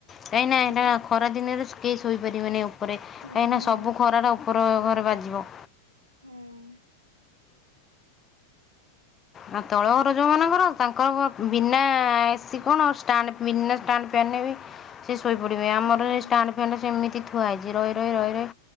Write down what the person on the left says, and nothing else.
କାହିଁକିନି
ଏଟା ଖରା ଦିନରେ କେହି ଶୋଇପାରିବେନି ଉପରେ କାହିଁକିନା
ସବୁ ଖରାଟା ଉପର ଘରେ ବାଜିବ।
ଆ ତଳ ଘର ଯୋଉ ମାନଙ୍କର ତାଙ୍କର ବିନା ଏସି କଣ ଷ୍ଟାଣ୍ଡ ବିନା ଷ୍ଟାଣ୍ଡ ବି ସେ ଶୋଇ ପଡିବେ ଆମର
ଏଇ ଷ୍ଟାଣ୍ଡ ଫ୍ୟାନ୍ ସେମିତି ଥୁଆ ହେଇଛି ରହି ରହି ରହି ରହି